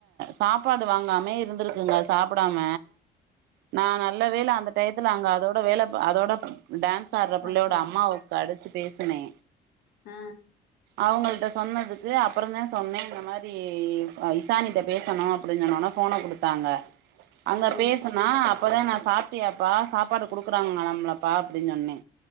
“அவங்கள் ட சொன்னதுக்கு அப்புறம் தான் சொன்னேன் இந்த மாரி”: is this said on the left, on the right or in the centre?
Right